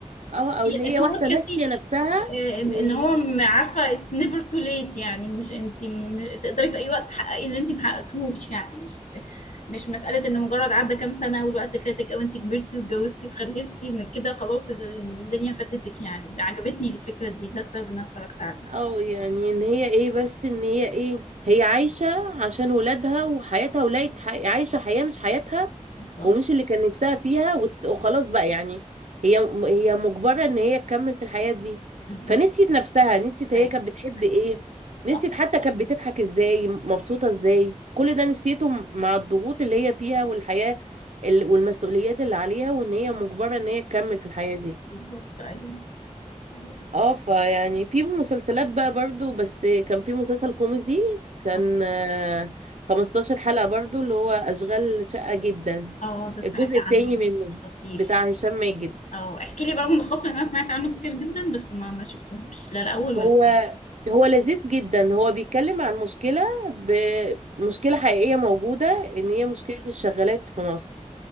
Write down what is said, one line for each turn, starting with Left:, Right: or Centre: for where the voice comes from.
Right: اه او اللي
Left: ان
Right: هي
Left: هو
Right: واحدة
Left: تحسي
Right: ناسية نفسها
Left: آه،
Right: و
Left: ان هو م- عارفه it's never too late يعني مش انت م- تقدري في اي وقت تحققي اللي انت محققتوش يعني مش مش مساله ان مجرد عدى كام سنه والوقت فاتك او انت كبرتي واتجوزتي وخلفتي ان كده خلاص الدنيا فاتتك يعني عجبتني الفكره دي ده السبب ان انا اتفرجت عليه
Right: اه يعني ان هي ايه بس ان هي ايه هي عايشة عشان ولادها وحياتها ولاقت ح... عايشة حياة مش حياتها
Left: بالظبط
Right: ومش اللي كان نفسها فيها وت- وخلاص بقى يعني هي هي مجبرة ان هي تكمل في الحياة دي
Left: بالظبط
Right: فنسيت نفسها نسيت هي
Left: ايوه
Right: كانت بتحب
Left: ايوه
Right: ايه
Left: صح
Right: نسيت حتى كانت بتضحك ازاي مبسوطة ازاي كل ده نسيته م- مع الضغوط اللي هي فيها والحياة ال- والمسؤوليات اللي عليها وان هي مجبرة ان هي تكمل في الحياة دي
Left: بالظبط ايوه ايوه
Right: اه فيعني في مسلسلات بقى برضو بس كان في مسلسل كوميدي كان
Left: اه
Right: آه، 15 حلقة برضو اللي هو أشغال شقة جدا
Left: آه، ده سمعت
Right: الجزء التاني
Left: عنه
Right: منه
Left: لطيف
Right: بتاع هشام ماجد
Left: اه احكي لي بقى ملخصه لأن انا سمعت عنه كتير جدا بس ما ما شفتهوش لا الاول ولا
Right: هو
Left: الثاني
Right: هو لذيذ جدا هو بيتكلم عن مشكلة بمشكلة حقيقية موجودة ان هي مشكلة الشغالات في مصر